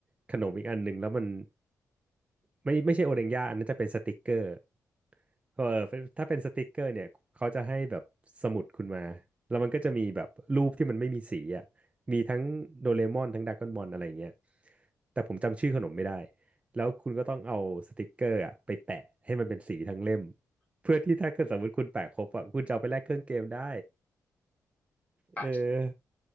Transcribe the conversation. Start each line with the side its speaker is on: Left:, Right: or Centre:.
Right: ขนมอีกอันหนึ่งแล้วมันไม่ไม่ใช่โอนิงยาอันนั้นจะเป็นสติกเกอร์ เออถ้าเป็นสติกเกอร์เนี่ยเขาจะให้แบบสมุดคุณมาแล้วมันก็จะมีแบบรูปที่มันไม่มีสีอ่ะมีทั้งโดเรมอนทั้งดราก้อนบอลอะไรอย่างเงี้ยแต่ผมจำชื่อขนมไม่ได้แล้วคุณก็ต้องเอาสติกเกอร์อ่ะไปแปะให้มันเป็นสีทั้งเล่มเพื่อที่ถ้าเกิดสมมติคุณแปะครบอ่ะคุณจะเอาไปแลกเครื่องเกมได้
Left: ใช่
Right: เออ